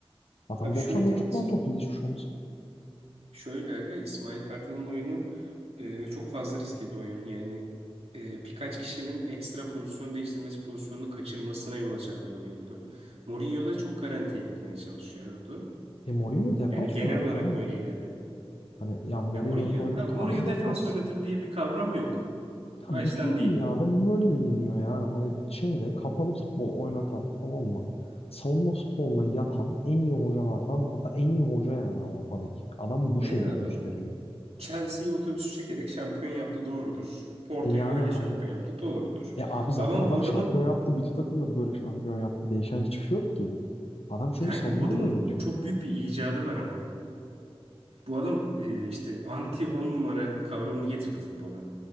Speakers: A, on the left; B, on the right.
A: Adam
B: Abi
A: 99
B: şöyle
A: puan topladı hiçbir şey olmasın.
B: şöyle aga İsmail Kartal'ın oyunu e, çok fazla riskli bir oyun. Yani e, birkaç kişinin ekstra pozisyon değiştirmesi pozisyonunu kaçırmasına yol açan bir oyundu. Mourinho da çok garantiye gitmeye çalışıyordu.
A: E Mourinho defans
B: Yani genel
A: oynatıyor
B: olarak
A: abi.
B: böyle ilerliyordu.
A: Hani ya Mourinho'nun
B: Ya Mourinho,
A: oyun
B: abi
A: tarzı
B: Mourinho
A: defans.
B: defans oynatır diye bir kavram yok.
A: Ya
B: Baştan
A: bütün
B: diyeyim.
A: dünyada bu böyle biliniyor yani. Hani şeyde kapalı futbol oynatan tamam mı? Savunma futboluna yatan en iyi hocalardan hatta en iyi hoca yani Avrupa'daki. Adam bu
B: Eyvallah.
A: şekilde gösteriliyor.
B: o- Chelsea'yi otobüsü çekerek şampiyon yaptı doğrudur. Porto'yu
A: E yani
B: öyle
A: hani
B: şampiyon yaptı doğrudur.
A: E abi zaten
B: Ama
A: adam
B: bu adamın
A: şampiyon yaptı. Bütün takımları böyle şampiyon yaptı. Değişen hiçbir şey yok ki. Adam çünkü
B: kanka
A: savunmayla
B: bu adamın
A: oynatıyor.
B: çok büyük bir icadı var ama. Bu adam e, işte anti 10 numara kavramını getirdi futbola.